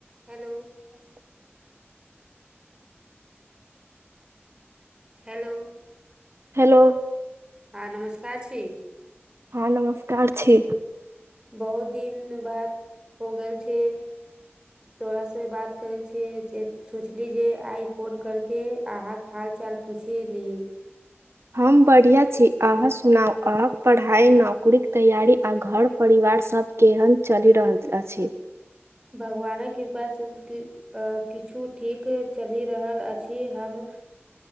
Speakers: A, on the right; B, on the right.
A: Hello
B: hello.
A: Hello
B: hello
A: हँ नमस्कार छी।
B: हँ नमस्कार छी।
A: बहुत दिन बाद हो गेल छी। तोरासे बात करै छियै जे सोचली जे आइ फोन करके अहाँक हाल चाल पूछ ही‌ ली।
B: हम बढ़िआँ छी, अहाँ सुनाउ अहाॅंक पढ़ाइ नौकरीक तैयारी आ घर परिवारसभ केहन चली रहल अच्छी?
A: भगवानक कृपासे किछु ठीक चलि रहल अछि हम